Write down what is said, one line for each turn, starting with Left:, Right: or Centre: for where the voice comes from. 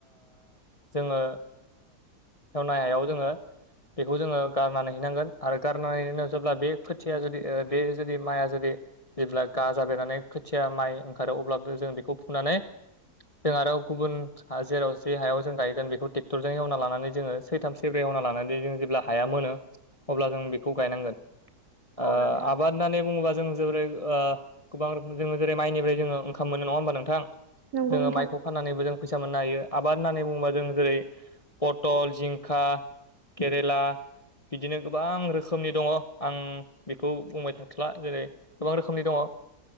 Left: जोङो <unintelligible> हायाव जोङो बेखौ जोङो गारनानै हैनांगोन आरो गारनानैनो जेब्ला बे खोथिया जुदि बे जुदि माइआ जुदि जेब्ला गाजाबेरनानै खोथिया माइ ओंखारो अब्लाबो जों बेखौ फुनानै जों आरो गुबुन जेराव जे हायाव जों गायगोन बेखौ ट्रेक्टरजों एवना लानानै जोङो सैथाम सेब्रै एवना लानानै जों जेब्ला हाया मोनो अब्ला जों बेखौ गायनांगोन
Right: औ
Left: आबाद
Right: नोंथां
Left: होननानै बुङोबा जों जोरै गोां रखोम जोङो जेरै माइनिफ्राय जोङो ओंखाम मोनो नङा होमबा नोंथां
Right: नंगौ
Left: जोङो
Right: नोंथां
Left: माइखौ फाननानैबो जों फैसा मोननो हायो आबाद होननानै बुङोबा जों जेरै पटल जिंखा केरेला बिदिनो गोबां रोखोम रोखोमनि दङ आं बेखौ बुंबाय थाथला जेरै गोबां रोखोमनि दङ